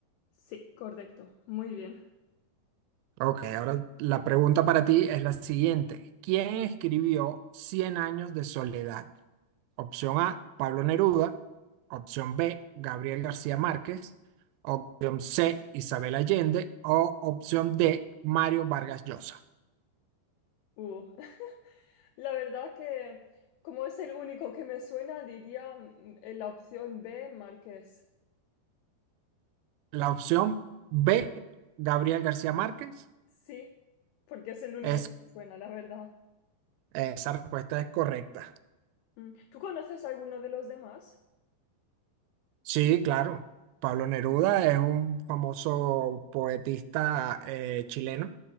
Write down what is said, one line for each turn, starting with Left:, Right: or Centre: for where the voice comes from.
Left: Sí, correcto, muy bien.
Right: Ok, ahora la pregunta para ti es la siguiente. ¿Quién escribió Cien años de soledad? Opción A, Pablo Neruda. Opción B, Gabriel García Márquez. Opción C, Isabel Allende. O opción D, Mario Vargas Llosa.
Left: Uh, <laughs> La verdad que como es el único que me suena, diría mm, la opción B, Marqués.
Right: La opción B, Gabriel García Márquez,
Left: Sí, porque es el único
Right: es,
Left: que me suena, la verdad.
Right: esa respuesta es correcta.
Left: Mm, ¿Tú conoces alguno de los demás?
Right: Sí, claro.
Left: Sí.
Right: Pablo Neruda es un famoso poetista eh, chileno.